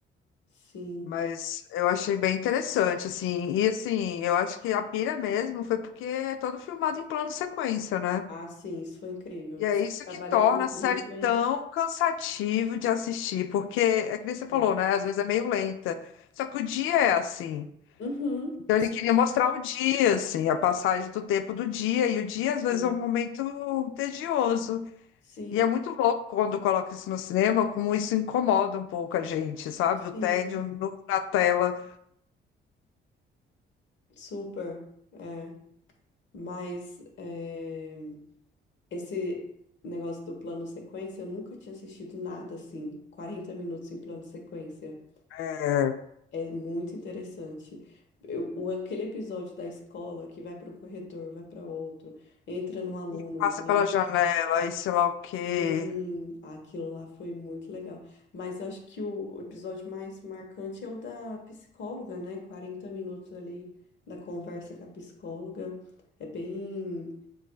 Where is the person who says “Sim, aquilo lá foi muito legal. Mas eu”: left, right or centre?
Left